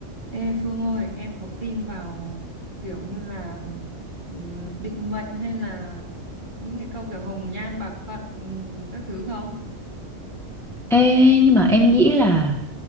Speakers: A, on the right (about 35°); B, in the centre.
A: Ê Phương ơi, em có tin vào kiểu như là ừ, định mệnh hay là những cái câu kiểu hồng nhan bạc phận ừ, các thứ không?
B: Ê, nhưng mà em nghĩ là